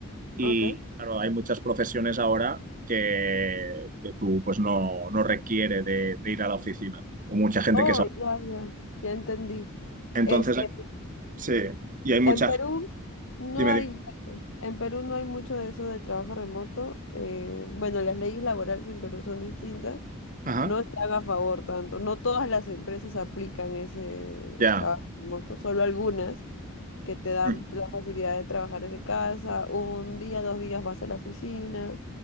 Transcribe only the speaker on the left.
Ok.
Oh,
ya, ya. Ya entendí.
Este,
En Perú no
hay
eso. En Perú no hay mucho de eso del trabajo remoto. Eh, bueno, las leyes laborales en Perú son distintas.
No están a favor tanto. No todas las empresas aplican ese
trabajo remoto, solo algunas que te dan
la facilidad de trabajar desde casa. Un día, dos días vas a la oficina.